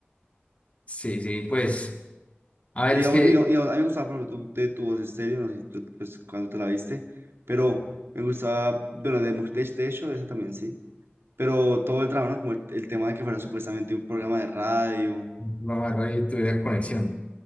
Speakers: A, on the left (about 35°); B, on the right (about 75°).
A: sí, sí, pues, a ver,
B: Y digamos,
A: es que
B: y, y a mí me gustaba, por ejemplo, tu, de tu voz estéreo, no sé si tú, pues, cuando te la viste, pero me gustaba, bueno, de Mujer de de hecho, esa también sí, pero todo el drama, ¿no? Como el, el tema de que fuera supuestamente un programa de radio,
A: la barra de tuviera conexión,